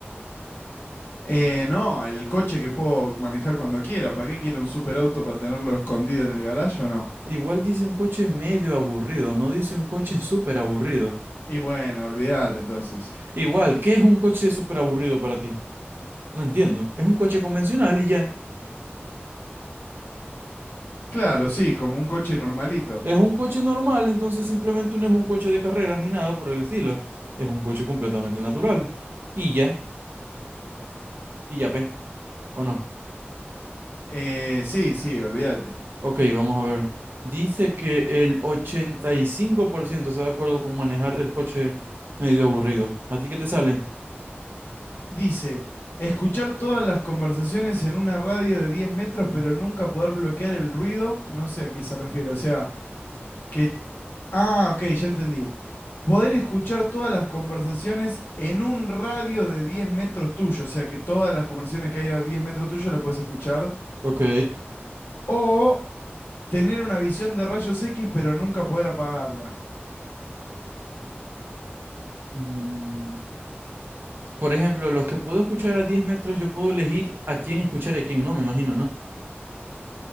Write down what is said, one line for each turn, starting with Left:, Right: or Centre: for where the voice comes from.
Left: Eh, no, el coche que puedo manejar cuando quiera. ¿Para qué quiere un superauto para tenerlo escondido en el garaje o no?
Right: Igual dice un coche medio aburrido, no dice un coche súper aburrido.
Left: Y bueno, olvídate entonces.
Right: Igual, ¿qué es un coche súper aburrido para ti? No entiendo. Es un coche convencional y ya.
Left: Claro, sí, como un coche normalito.
Right: Es un coche normal, entonces simplemente no es un coche de carreras ni nada por el estilo. Es un coche completamente natural. Y ya, y ya, pe. ¿O no?
Left: Eh, sí, sí, olvídate.
Right: Ok, vamos a ver. Dice que el 85% está de acuerdo con manejar el coche medio aburrido. ¿A ti qué te sale?
Left: Dice, escuchar todas las conversaciones en una radio de 10 metros pero nunca poder bloquear el ruido, no sé a qué se refiere. O sea, que Ah, ok, ya entendí. Poder escuchar todas las conversaciones en un radio de 10 metros tuyo, o sea que todas las conversaciones que hay a 10 metros tuyo las puedes escuchar.
Right: Ok.
Left: O tener una visión de rayos X pero nunca poder apagarla.
Right: Mm, Por ejemplo, los que puedo escuchar a 10 metros, yo puedo elegir a quién escuchar y a quién no, me imagino, ¿no?